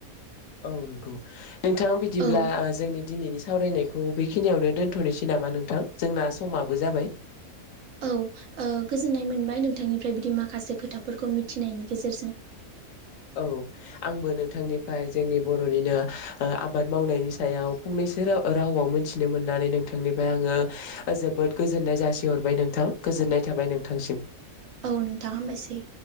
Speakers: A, on the left (about 70°); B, on the right (about 70°).
A: औ नंगौ नोंथां बिदिब्ला
B: औ
A: जोंनि दिनैनि सावरायनायखौ बेखिनियावनो दोनथ'नोसै नामा नोंथां जोंना समाबो जाबाय।
B: औ ओ गोजोननाय मोनबाय नोंथांनिफ्राय बिदि माखासे खोथाफोरखौ मिथिनायनि गेजेरजों।
A: <inaudible> औ आंबो नोंथांनिफ्राय जोंनि बर'निनो ओ आबाद मावनायनि सायाव फंनैसो राव रावाव मोनथिनो मोननानै नोंथांनिफ्राय आङो जोबोद गोजोननाय जासिहरबाय नोंथां गोजोननाय था थाबाय नोंथांसिम।
B: औ नोंथां हामबायसै।